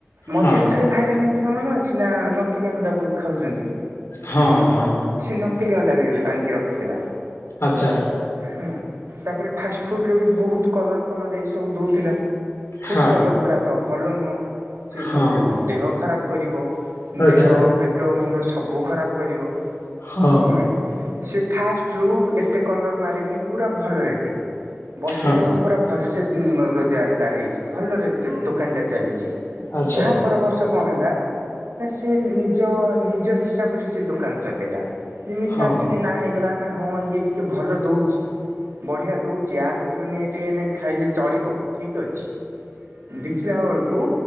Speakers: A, on the right; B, on the left.
A: ମଝିରେ
B: ହଁ
A: ଥରେ ଭାଇରାଲ୍ ହେଇଥିଲା ମନେଅଛି ନା ନକଲିଆ ଅଣ୍ଡା ଖାଉଚନ୍ତି।
B: ହଁ ହଁ।
A: ନକଲି ଅଣ୍ଡା ବି ଆଣିକି ରଖୁଥିଲା।
B: ଆଚ୍ଛା।
A: ହେଲା ତାପରେ ଫାଷ୍ଟ୍ ଫୁଡ଼୍ ରେ ବି ବୋହୁତ୍ କଲର୍ ଫଲର୍ ଏଇ ସବୁ ଦୋଉଥିଲା। ଫୁଡ଼୍
B: ହଁ
A: କଲର୍ ଗୁଡ଼ା ତ ଭଲ ନୁହଁ। ସେ
B: ହଁ
A: ସବୁ ଦେହ ଖରାପ୍ କରିବ
B: ଆଚ୍ଛା
A: ଦେହ ପେଟ ମୁଁଣ୍ଡ ସବୁ ଖରାପ୍ କରିବ।
B: ହଁ।
A: ଉଁଏ ସେ ଫାଷ୍ଟରୁ ଏତେ କଲର୍ ମାରେନି ପୁରା ଭଲରେ ଦିଏ। ବର୍ଷେ
B: ହଁ
A: ଯାଁକ ପୁରା ଭଲସେ ରୋଜଗାର ତାର ହେଇଛି ଭଲ ଦୋକାନ୍ଟା ଚାଲିଚି।
B: ଆଚ୍ଛା
A: ତା ପର ବର୍ଷ କଣ ହେଲା ନା ସେ ନିଜ ନିଜ ହିସାବରେ ସେ ଦୋକାନ୍ ଚଲେଇଲା ଯେମିତି
B: ହଁ
A: ତାର ଟିକେ ନାଁ ହେଇଗଲା ନା ହଁ ଇଏ ଟିକେ ଭଲ ଦୋଉଚି। ବଢିଆ ଦୋଉଚି ଆକତିରୁ ନିଏ ଟେ ଖାଇଲେ ଚଳିବ ଠିକ୍ ଅଛି। ଦେଖିଲା ବେଳୁକୁ